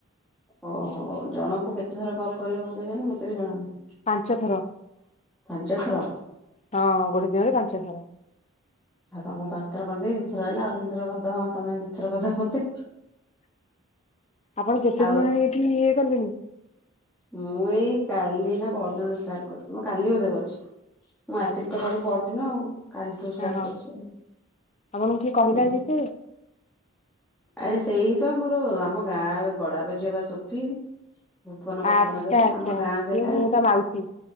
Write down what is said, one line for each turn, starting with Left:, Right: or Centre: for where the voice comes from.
Centre: ଓହୋ ଜଣଙ୍କୁ କେତେ ଥର କଲ୍ କରିବ ହବ କେଜାଣି ମତେ ବି ଜଣାନାହିଁ।
Left: ପାଞ୍ଚ ଥର।
Centre: ପାଞ୍ଚଥର।
Left: ହଁ ଗୋଟେ ଦିନରେ ପାଞ୍ଚଥର।
Centre: ଆଉ ତମକୁ ପାଞ୍ଚ ଥର କରିଦେଇ ଦି ଥର ହେଲା ଆଉ ତିନିଥର କରିଦବ ତମେ ଦିଥର କରିଛ ମତେ
Left: ଆପଣ କେତେ
Centre: ଆଉ
Left: ଦିନ ହେଲାଣି ଏଠି ଇଏ କଲେଣି?
Centre: ମୁଁ ଏଇ କାଲି ନା ପହରଦିନଠୁ ଷ୍ଟାର୍ଟ କରୁଛି ମୁଁ କାଲି ବୋଧେ କରିଛି। ମୁଁ ଆସିଲି
Left: ଆଚ୍ଛା
Centre: ତୋ ଘରୁ ପହରଦିନ ଆଉ କାଲିଠୁ ଷ୍ଟାର୍ଟ
Left: ହଁ ହଁ
Centre: କରିଛି ଆଉ।
Left: ଆପଣଙ୍କୁ କିଏ କହିଲା
Centre: ହୁଁ
Left: ଏ ବିଷୟରେ?
Centre: ଆରେ ସେଇ ପା ମୋର ଆମ ଗାଁର ବଡାପା ଝିଅ ବା ସୋଫି। ଭୁବନ ପଟଣା
Left: ଆଚ୍ଛା
Centre: ଯୋଉ
Left: ଆଚ୍ଛା
Centre: ଆମ ଗାଁ ସେଇଟା
Left: ସିଏ ମୁଁ ତା ମାଉସୀ